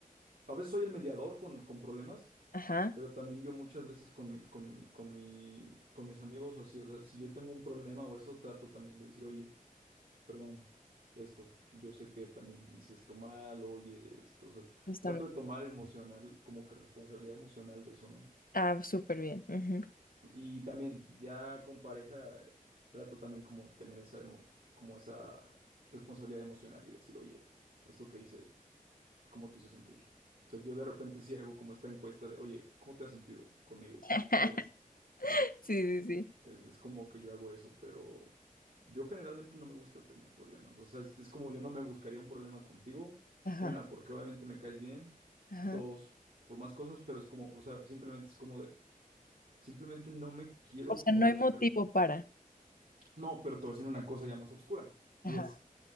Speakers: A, on the right; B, on the left.
A: A veces soy el mediador con, con problemas
B: Ajá.
A: pero también yo muchas veces con mi, con mi, con mi, con mis amigos o así, o sea, si yo tengo un problema o eso, trato también de decir, oye, perdón, esto, yo sé que también hice esto mal, oye, esto, o sea,
B: Está
A: trato
B: mu-
A: de tomar emocional, como que responsabilidad emocional de eso, ¿no?
B: Ah, súper bien. Ujú.
A: Y también, ya con pareja, eh, trato también como de tener esa, emo- como esa responsabilidad emocional y decir, oye, esto que hice, ¿cómo te hizo sentir? O sea, yo de repente sí hago como esta encuesta de, oye, ¿cómo te has sentido conmigo?
B: <laughs>
A: ¿Sabes?
B: Sí, sí, sí.
A: Es, es como que yo hago eso, pero yo generalmente no me gusta tener problemas. O sea, es, es como yo no me buscaría un problema contigo.
B: Ajá.
A: Una, porque obviamente me caes bien.
B: Ajá.
A: Dos, por más cosas, pero es como, o sea, simplemente es como de, simplemente no me quiero
B: O sea,
A: como
B: no
A: buscar.
B: hay motivo para.
A: No, pero te voy a decir una cosa ya más oscura. Y
B: Ajá.
A: es,